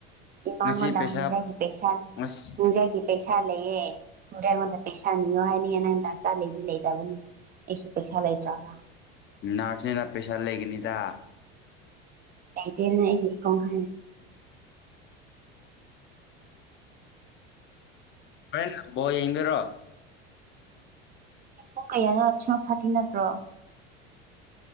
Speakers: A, on the right; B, on the left.
A: ꯃꯉꯣꯟꯗ
B: ꯉꯁꯤ ꯄꯩꯁꯥ
A: ꯍꯣꯡꯖꯒꯤ ꯄꯩꯁꯥ
B: ꯑꯁ
A: ꯍꯣꯡꯖꯒꯤ ꯄꯩꯁꯥ ꯂꯩꯌꯦꯦ ꯍꯗ ꯑꯩꯉꯣꯟꯗ ꯄꯩꯁꯥ ꯅꯤꯌꯣ ꯍꯥꯏꯅꯤꯡꯉꯦ ꯅꯪ ꯗꯥ ꯂꯩꯗꯤ ꯂꯩꯇꯕꯅꯤ ꯑꯩꯁꯨ ꯄꯩꯁꯥ ꯂꯩꯇ꯭ꯔꯒ
B: ꯅꯅꯥꯔꯁꯁꯤꯡꯅ ꯄꯩꯁꯥ ꯂꯩꯒꯅꯤꯗ
A: ꯑꯗꯤꯅ ꯑꯩꯀꯣꯣꯡ ꯈ
B: ꯍ ꯕꯣ ꯌꯦꯡꯗꯔꯣ
A: ꯄꯨꯡ ꯀꯌꯥꯅ ꯁꯞ ꯊꯥꯇꯤ ꯅꯠꯇ꯭ꯔꯣ